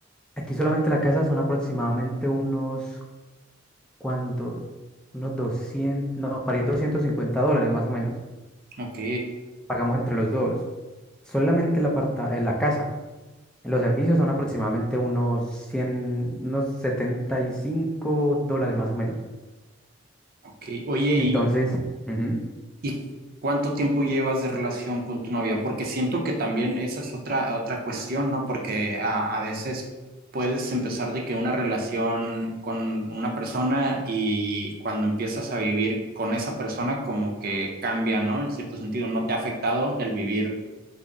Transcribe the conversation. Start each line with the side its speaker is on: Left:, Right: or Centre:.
Centre: aquí solamente la casa son aproximadamente unos, ¿cuántos? Unos 200, no, para ir 250 dólares más o menos.
Right: Ok,
Centre: Pagamos entre los dos. Solamente la, aparta, eh, la casa. Los servicios son aproximadamente unos 100, unos 75 dólares más o menos.
Right: ok. Oye,
Centre: Entonces,
Right: ¿y,
Centre: ujú.
Right: ¿Y cuánto tiempo llevas de relación con tu novia? Porque siento que también esa es otra, otra cuestión, ¿no? Porque a, a veces puedes empezar de que una relación con una persona y cuando empiezas a vivir con esa persona como que cambia, ¿no? En cierto sentido, ¿no te ha afectado el vivir